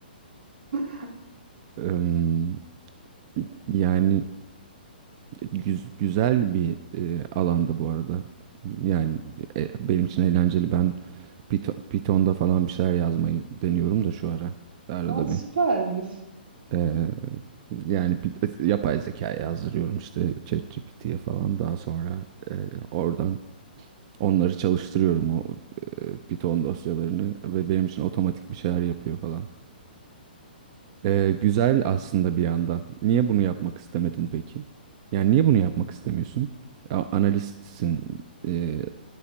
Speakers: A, on the right; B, on the right.
A: <laughs>
B: Em, yani güz- güzel bir e, alanda bu arada. Yani e, benim için eğlenceli. Ben Python- Python'da falan bir şeyler yazmayı deniyorum da şu ara. Arada
A: Aa, süpermiş.
B: bir. Ee, yani bir- yapay zeka yazdırıyorum işte ChatGPT'ye falan. Daha sonra e, oradan onları çalıştırıyorum o e, Python dosyalarını ve benim için otomatik bir şeyler yapıyor falan. Ee, güzel aslında bir yandan. Niye bunu yapmak istemedin peki? Yani niye bunu yapmak istemiyorsun? A- analistsin. Ee,